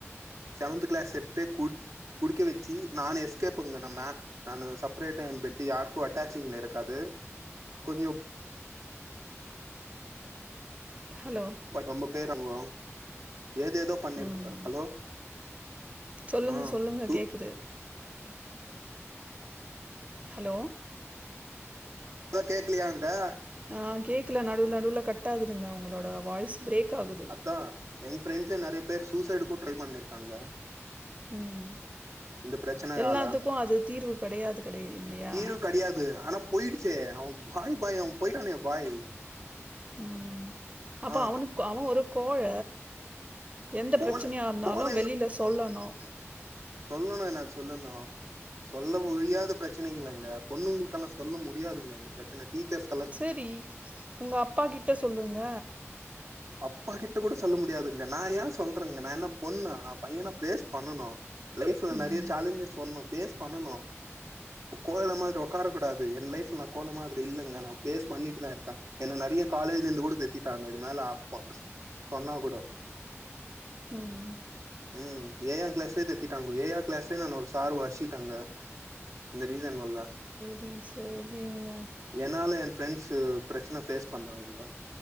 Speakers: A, on the right (about 75°); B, on the right (about 30°).
A: செவன்த் கிளாஸ் எத்து குட் குடிக்க வச்சு நானு எஸ்கேப்புங்க நம்ம நானு செப்பரேட்டா என் பெட்டு யாருக்கு அட்டாச்சிங்ல இருக்காது கொஞ்சோ
B: ஹலோ
A: ரொம்ப பேர் அவுங்க ஏதேதோ பண்ணிருக்காங்
B: ம்
A: ஹலோ
B: சொல்லுங்க
A: ஆ
B: சொல்லுங்க
A: சூ
B: கேக்குது ஹலோ
A: லோ கேக்கலையாங்கா
B: ஆ கேக்ல நடுவுல நடுவுல கட் ஆகுதுங்க உங்களோட வாய்ஸ் பிரேக் ஆகுது
A: அதா என் ஃப்ரெண்ட்ஸே நெறைய பேர் சூசைடுக்கூ ட்ரை பண்ணிருக்காங்க
B: ம்
A: இந்த பிரச்சனையால
B: எல்லாத்துக்கு அது தீர்வு கெடையாது கெடைய இல்லையா
A: தீர்வு கெடையாது ஆனா போயிடுச்சே அவ பாய் பாய் அவ போய்டானே பாய்
B: ம் அப்போ
A: ஆ
B: அவனுக் அவெ ஒரு கோழ எந்த
A: கோல
B: பிரச்சனையா இருந்தாலு
A: கோல
B: வெளில சொல்லணு
A: சொல்லனு என்ன சொல்லுனு சொல்ல முடியாத பிரச்சனைங்களங்க பொண்ணுங்களுக்கெல்லா சொல்ல முடியாதுங்க இந்த பிரச்சன டீச்சர்ஸ்
B: சரி உங்க அப்பா கிட்ட சொல்லுங்க
A: அப்பா கிட்ட கூட சொல்ல முடியாதுங்க நா ஏ சொல்றேங்க நா என்ன பொண்ணா பையனா ஃபேஸ் பண்ணனு லைஃப்ல
B: ம்
A: நெறைய சேலஞ்சஸ் ஒன்னு ஃபேஸ் பண்ணணு கோ கோழ மாதிரி உக்காரக்கூடாது என் லைஃப்ல நா கோழ மாதிரி இல்லங்க நா ஃபேஸ் பண்ணிட்டுதா இருக்கே என்ன நெறைய காலேஜ்ல இருந்து கூட நிறுத்திட்டாங்க இது மேல ஆப்போ சொன்னா கூடோ
B: ம்
A: ம் ஏ ஆர் கிளாஸ்லயே தித்திட்டாங்க ஏ ஆர் கிளாஸ்லயே நான் ஒரு சார் ஒரசிட்டங்க இந்த ரீசன் வல்ல
B: ரி சரிங்க
A: என்னால என் ஃபிரரெண்ட்ஸ் பிரச்சன ஃபேஸ் பண்றாங்கங்க